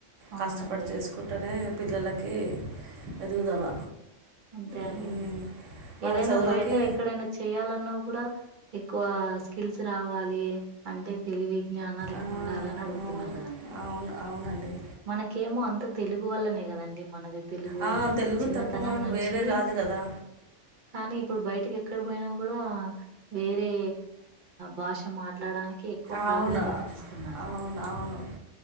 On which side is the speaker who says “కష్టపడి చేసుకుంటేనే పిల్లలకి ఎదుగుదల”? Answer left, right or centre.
Right